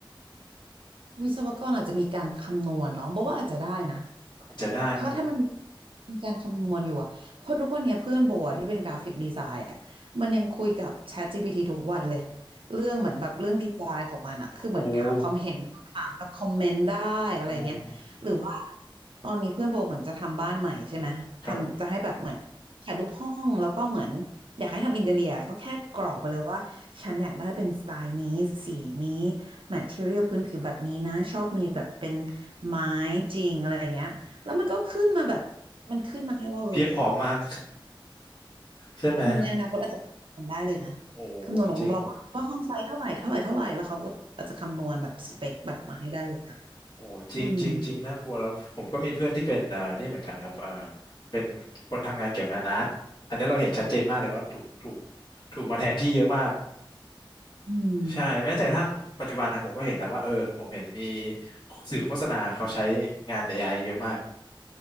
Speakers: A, on the right (about 75°); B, on the left (about 60°).
A: วิศวกรอาจจะมีการคำนวณเนาะบอกว่าอาจจะได้นะ
B: อาจจะได้โอ้โห
A: เพราะถ้ามันมีการคำนวณอยู่อะเพราะทุกวันเนี้ยเพื่อนโบอะที่เป็นกราฟิกดีไซน์อะมันยังคุยกับ ChatGPT ทุกวันเลย เรื่องเหมือนแบบเรื่องดีไซน์ของมันอะคือเหมือนถามความเห็น
B: โอ้
A: ถามแบบคอมเมนต์ได้อะไรอย่างเงี้ยหรือว่า
B: โห
A: ตอนนี้เพื่อนโบเหมือนจะทำบ้านใหม่ใช่ไหมทำจะให้แบบเหมือนถ่ายรูปห้องแล้วก็เหมือนอยากให้ทำอินเทีเรียก็แค่กรอกไปเลยว่าฉันอยากได้เป็นสไตล์นี้สีนี้
B: ครับผม
A: แมทเทอเรียลพื้นผิวแบบนี้นะชอบมีแบบเป็นไม้จริงอะไรอย่างเงี้ย
B: อืม
A: แล้วมันก็ขึ้นมาแบบมันขึ้นมาให้เราเลยอ่ะ
B: เพียบผอมมากใช่ไหม
A: ในอนาคตอาจจะทำได้เลยนะ
B: โอ้โหจริง
A: คำนวณผมบอกว่าว่าห้องไซส์เท่าไหร่เท่าไหร่เท่าไหร่แล้วเขาก็อาจจะคำนวณแบบสเปคแบบมาให้ได้เลยนะ
B: โอ้โหจริงจริงจริงน่ากลัวแล้วผมก็มีเพื่อนที่เป็นอ่านี่เหมือนกันครับอ่า
A: อืม
B: เป็นคนทำงานเกี่ยวกับอาร์ตอันนี้เราเห็นชัดเจนมากเลยว่าถูกถูกถูกมาแทนที่เยอะมาก
A: อืม
B: ใช่แม้แต่กระทั่งปัจจุบันนะผมก็เห็นแล้วว่าเออผมเห็นมีสื่อโฆษณาเขาใช้งานเอไอเยอะมาก